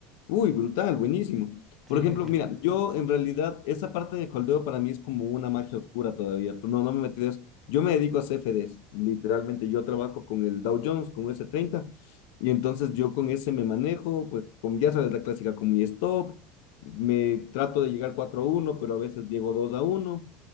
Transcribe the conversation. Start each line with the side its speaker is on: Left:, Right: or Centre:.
Left: Uy, brutal, buenísimo.
Right: Sí,
Left: Por ejemplo,
Right: sí, sí.
Left: mira, yo en realidad esa parte de holdeo para mí es como una magia oscura todavía. Tú No, no me metí de eso. Yo me dedico a CFDs, literalmente. Yo trabajo con el Dow Jones, con s treinta y entonces yo con ese me manejo, pues con, ya sabes, la clásica con mi stop. Me trato de llegar 4 a uno, pero a veces llego 2 a uno